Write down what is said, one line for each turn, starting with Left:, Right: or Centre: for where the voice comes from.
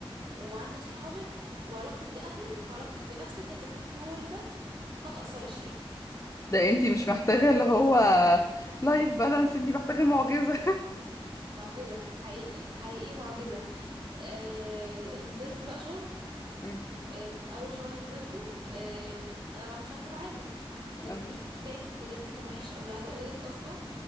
Right: وعندك صحابك وعلاقتك بأهلك وعلاقتك بنفسك انت فوت كل ده ما تأثرش فيه
Left: ده انتي مش محتاجة اللي هو لايف بالانس انتي محتاجة معجزة
Right: معجزة حقيقي حقيقي معجزة آه نزلت بقى شغل
Left: <laughs> مم.
Right: آه كان أول شغل نزلته آه أنا بقى مش عارفة أتعامل كان
Left: أيوة.
Right: المدير بتاعي بجد كان وحش قوي عايزة أقولك أصلا